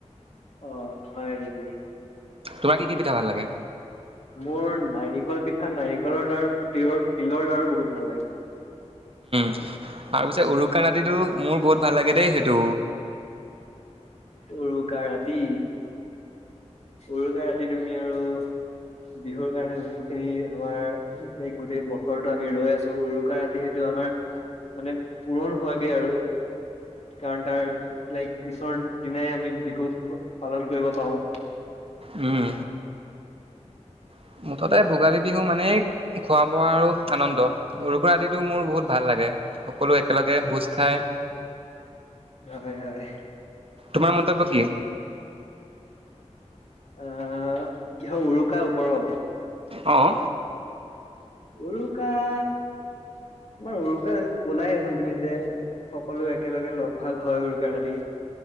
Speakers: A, on the left; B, on the right.
A: অ হয় নেকি
B: তোমাৰ কি কি পিঠা ভাল লাগে
A: মোৰ নাৰিকল পিঠা নাৰিকলৰ লাৰু তিয়ত তিলৰ লাৰু বহুত ভাল লাগে।
B: তাৰ পিছত উৰুকা ৰাতিটো মোৰ বহুত ভাল লাগে দেই সেইটো।
A: উৰুকা ৰাতি। উৰুকা ৰাতিত আমি আৰু বিহুৰ কাৰণে যোনখিনি আমাৰ, লাইক গোটেই বছৰৰতো আমি ৰৈ আছো উৰুকা ৰাতি সেইটো আমাৰ মানে পূৰণ হোৱাকে আৰু কাৰণ তাৰ, লাইক পিছৰ দিনাই আমি বিহু পালন কৰিব পাৰো।
B: উম অ ততে ভোগালী বিহু মানে খোৱা বোৱা আৰু আনন্দ উৰুকৰা ৰাতিটো মোৰ বহুত ভাল লাগে সকলো একেলগে ভোজ খাই
A: হয় হয়
B: তোমাৰ মন্তব্য কি
A: অ কিহৰ উৰু কা ওপৰত
B: অঁ
A: উৰুকা তোমাৰ উৰুকা কলাই দেচোন তুমি যে সকলো একেলগে লগ ভাগ হয় উৰুকা দি